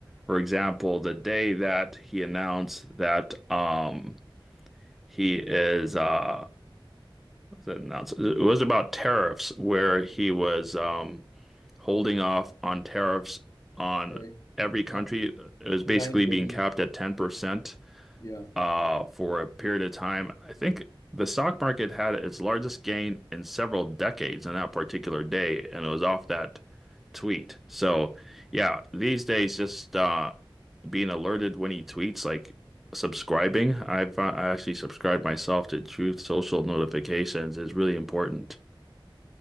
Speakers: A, in the centre; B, on the left.
A: for example, the day that he announced that um he is uh announced it was about tariffs where he was um holding off on tariffs on
B: Right.
A: every country.
B: Nin-
A: It was basically
B: 90 days.
A: being capped at 10%
B: Yeah.
A: uh, for a period of time. I think the stock market had its largest gain in several decades on that particular day, and it was off that tweet. So, yeah, these days, just uh, being alerted when he tweets, like subscribing. I've uh, I actually subscribed myself to Truth Social notifications is really important.